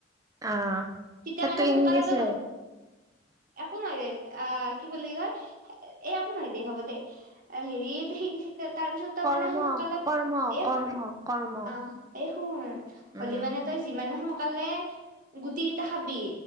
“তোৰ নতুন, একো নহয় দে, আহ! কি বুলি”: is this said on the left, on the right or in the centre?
Right